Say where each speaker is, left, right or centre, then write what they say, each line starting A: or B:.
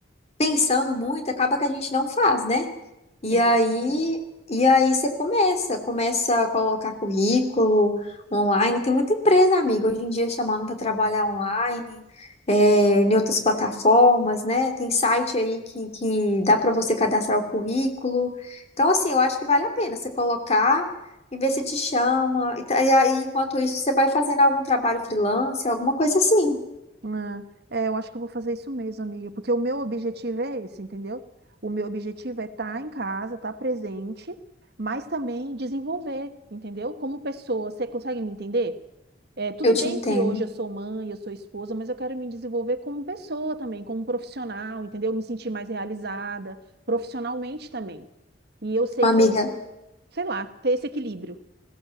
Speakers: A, on the left; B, on the right.
A: pensando muito, acaba que a gente não faz, né? E
B: Exatamente.
A: aí, e aí você começa, começa a colocar currículo online. Tem muita empresa, amiga, hoje em dia chamando para trabalhar online, é, em outras plataformas, né? Tem site aí que, que dá para você cadastrar o currículo. Então, assim, eu acho que vale a pena você colocar e ver se te chama. E, tá- e aí, enquanto isso, você vai fazendo algum trabalho freelance, alguma coisa assim.
B: Ah, é, eu acho que eu vou fazer isso mesmo, amiga, porque o meu objetivo é esse, entendeu? O meu objetivo é estar em casa, estar presente, mas também desenvolver, entendeu? Como pessoa, você consegue me entender? É, tudo
A: Eu te
B: bem
A: entendo.
B: que hoje eu sou mãe, eu sou esposa, mas eu quero me desenvolver como pessoa também, como profissional, entendeu? Me sentir mais realizada, profissionalmente também. E eu sei
A: Amiga,
B: que eu, sei lá, ter esse equilíbrio,